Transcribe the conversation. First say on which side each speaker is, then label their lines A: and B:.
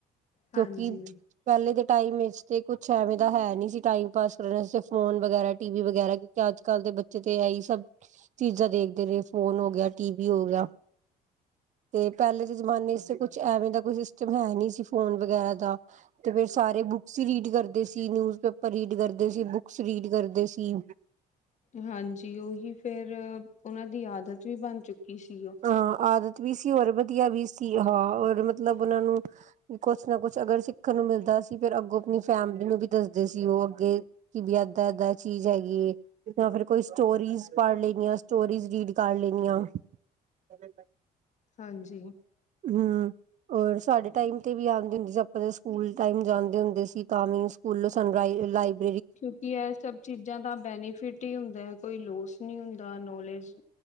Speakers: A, on the right; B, on the left.
A: ਕਿਉਂਕਿ
B: ਹਾਂਜੀ।
A: ਪਹਿਲੇ ਦੇ ਟਾਈਮ ਵਿੱਚ ਤੇ ਕੁਛ ਐਵੇਂ ਤਾਂ ਹੈ ਨੀ ਸੀ ਟਾਈਮ ਪਾਸ ਕਰਨ ਵਸਤੇ ਫ਼ੋਨ ਵਗੈਰਾ ਟੀ ਵੀ ਵਗੈਰਾ। ਅੱਜ ਕਲ ਦੇ ਬੱਚੇ ਤੇ ਇਹੀ ਸਭ ਚੀਜ਼ਾਂ ਦੇਖਦੇ ਨੇ ਫੋਨ ਹੋ ਗਿਆ ਟੀਵੀ ਹੋ ਗਿਆ। ਤੇ ਪਹਿਲੇ ਦੇ ਜਮਾਨੇ ਚ ਕੁਛ ਐਵੇਂ ਦਾ ਕੋਈ ਸਿਸਟਮ ਹੈ ਨੀ ਸੀ ਫੋਨ ਵਗੈਰਾ ਦਾ। ਤੇ ਫੇਰ ਸਾਰੇ ਬੁੱਕਸ ਈ ਰੀਡ ਕਰਦੇ ਸੀ ਨਿਊਜ ਪੇਪਰ ਰੀਡ ਕਰਦੇ ਸੀ ਬੁਕਸ ਰੀਡ ਕਰਦੇ ਸੀ।
B: ਹਾਂਜੀ ਉਹੀ ਫੇਰ ਉਹਨਾਂ ਦੀ ਆਦਤ ਵੀ ਬਣ ਚੁੱਕੀ ਕੀ ਸੀਓ
A: ਹਾਂ ਆਦਤ ਵੀ ਸੀ ਔਰ ਵਧੀਆ ਵੀ ਸੀ ਹਾਂ ਔਰ ਮਤਲਬ ਉਹਨਾਂ ਨੂੰ ਵੀ ਕੁਛ ਨਾ ਕੁਛ ਅਗਰ ਸਿੱਖਣ ਨੂੰ ਮਿਲਦਾ ਸੀ ਫਿਰ ਅੱਗੋਂ ਆਪਣੀ ਫੈਮਿਲੀ ਨੂੰ ਵੀ ਦੱਸਦੇ ਸੀ ਉਹ ਅੱਗੇ ਕਿ ਵੀ ਅੱਧਾ ਅੱਧਾਂ ਚੀਜ਼ ਹੈਗੀ ਐ। ਜਾਂ ਫਿਰ ਕੋਈ ਸਟੋਰੀਜ਼ ਪੜ ਲੈਨੀ ਆ ਸਟੋਰੀਜ਼ ਰੀਡ ਕਰ ਲੈਨੀ ਆ। <inaudible>
B: ਹਾਂਜੀ,
A: ਹੂੰ, ਆ ਸਾਡੇ ਟਾਈਮ ਤੇ ਵੀ ਆਉਂਦੀ ਹੁੰਦੀ ਸੀ ਆਪਾਂ ਤਾਂ ਸਕੂਲ ਟਾਈਮ ਜਾਂਦੇ ਹੁੰਦੇ ਸੀ ਤਾਂ ਵੀ ਸਕੂਲ ਸਨਰਾਈ ਲਾਈਵ
B: ਕਿਉਂਕਿ ਇਹ ਸਭ ਚੀਜ਼ਾਂ ਦਾ ਬੈਨੀਫਿਟ ਈ ਹੁੰਦਾ ਐ ਕੋਈ ਲੋਸ ਨੀ ਹੁੰਦਾ ਨੌਲੇਜ